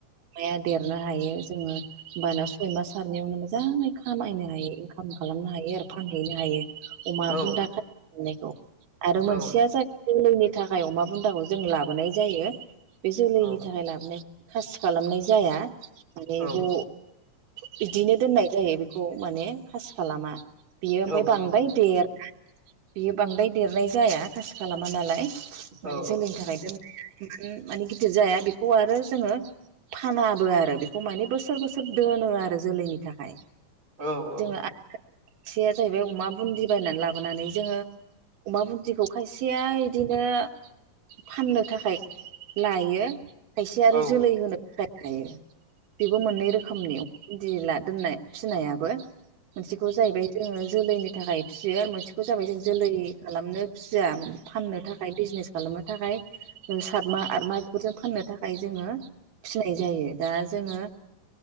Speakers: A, on the right (about 80°); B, on the right (about 35°).
A: माया देरनो हायो जोङो होमबाना सय मास सारनायावनो मोजाङै खामायनो हायो। खाम खालामनो हायो आरो फानहैनो हायो अमा
B: औ
A: बुन्दा खानायखौ आरो मोनसेया
B: औ नंगौ
A: जाहै जोलैनि थाखाय अमा बुन्दाखौ जों लाबोनाय जायो बे जोलैनि
B: औ
A: थाखाय लाबोनाय खासि खालामनाय जाया माने एखौ
B: औ
A: बिदिनो दोननाय जायो बेखौ माने खासि खालामा। बियो ओमफ्राय
B: औ
A: बांद्राय
B: नंगौ
A: देर बियो बांद्राय देरनाय जाया खासि खालामा नालाय माने
B: औ
A: जोलैनि
B: औ
A: थाखाय जों माने गिदिर जाया बेखौ आरो जोङो फानाबो आरो बेखौ माने बोसोर बोसोर दोनो आरो जोलैनि थाखाय
B: औ औ।
A: खाथिया जाहैबाय अमा बुन्दि बायनानै लाबोनानै जोङो अमा बुन्दिखौ खायसेया इदिनो फाननो थाखाय लायो खायसे आरो
B: औ
A: जोलै होनो थाखाय थायो बेबो मोननै रोखोमनि बिदि ला दोननाय फिसिनायाबो मोनसेखौ जाहैबाय जोङो जोलैनि थाखाय फिसियो आरो मोनसेखौ जाबाय जों जोलै खालामनो खुसिया फाननो थाखाय बिजनेस खालामनो थाखाय सात माहा आत माहा बेफोरजों फाननो थाखाय खाय जोङो फिसिनाय जायो दा जोङो